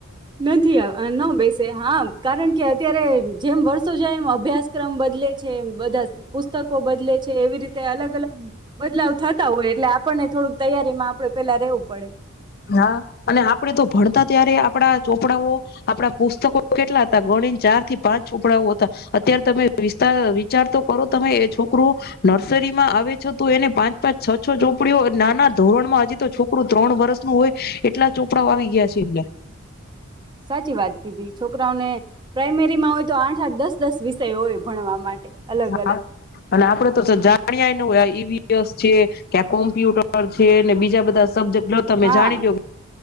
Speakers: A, on the right; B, on the left.
A: નથી ન બેસે હા કારણ કે અત્યારે. જેમ વર્ષો જાય એમ અભ્યાસક્રમ બદલે છે એમ બધા પુસ્તકો બદલે છે. છે એવી રીતે અલગ અલગ બદલાવ થતા હોય. એટલે આપણને થોડુંક તૈયારીમાં આપણે પેલા રહેવું પડે.
B: હા અને આપડે તો ભણતા ત્યારે આપડા ચોપડાઓ આપડા પુસ્તકો કેટલા હતા ગણીને ચાર થી પાંચ ચોપડાઓ હતા. અત્યારે તમે વિસ્તાર વિચાર તો કરો તમે એ છોકરું નર્સરી માં આવે છો તો એને પાંચ પાંચ છ છ ચોપડીઓ નાના ધોરણ માં હજી તો છોકરું ત્રણ વર્ષ. હોય એટલા ચોપડા વા આવી ગયા છે એમને.
A: સાચી વાત કીધી છોકરાઓને પ્રાઈમેરીમાં હોય તો આઠ આઠ દસ દસ વિષય હોય ભણવા માટે. અલગ
B: હા
A: અલગ
B: અને આપડ તો જાણ્યાય ન હોય આ ઈવીએસ છે કે કોમ્પ્યુટર છે બીજા બધા. બ્જે તમે
A: હા
B: જાણી દ